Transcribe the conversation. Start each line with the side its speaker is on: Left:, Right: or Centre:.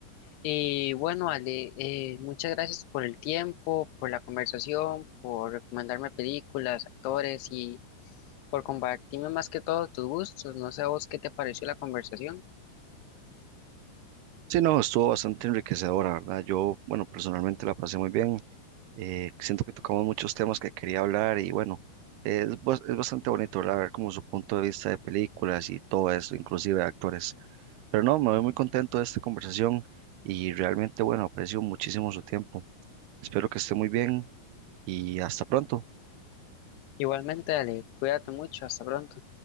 Left: Y bueno, Ale, eh, muchas gracias por el tiempo, por la conversación, por recomendarme películas, actores y por compartirme más que todo tus gustos. No sé a vos qué te pareció la conversación.
Right: Sí, no, estuvo bastante enriquecedora, ¿verdad? Yo, bueno, personalmente la pasé muy bien. Eh, siento que tocamos muchos temas que quería hablar y bueno, es, bas- es bastante bonito ¿verdad? ver como su punto de vista de películas y todo eso, inclusive de actores. Pero no, me voy muy contento de esta conversación y realmente, bueno, aprecio muchísimo su tiempo. Espero que esté muy bien y hasta pronto.
Left: Igualmente, Ale, cuídate mucho, hasta pronto.